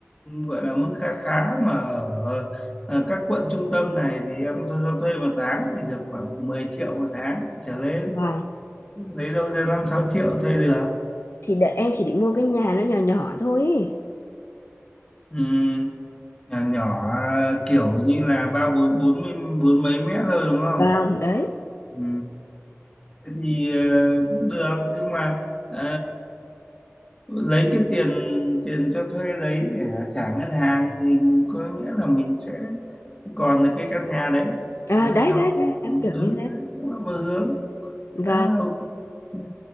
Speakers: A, on the left (about 20°); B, on the left (about 60°).
A: gọi là mức khá khá mà ở ở các quận trung tâm này thì em tôi cho thuê một tháng thì được khoảng 10 triệu một tháng trở lên
B: Vâng,
A: lấy đâu ra 5 6 triệu thuê được
B: thì đợi em chỉ định mua cái nhà nó nhỏ nhỏ thôi. ý.
A: ừ, nhà nhỏ kiểu như là ba bốn bốn mươi- bốn mấy mét thôi đúng không
B: Vâng, đấy.
A: ừ. thì ờ, cũng được nhưng mà ờ, lấy cái tiền tiền cho thuê đấy để trả ngân hàng thì có nghĩa là mình sẽ còn được cái căn nhà đấy
B: À,
A: mà
B: đấy
A: sau
B: đấy
A: này
B: đấy, em tưởng
A: ừ,
B: như thế.
A: đấy cũng là một hướng
B: Vâng,
A: khá là ok ừ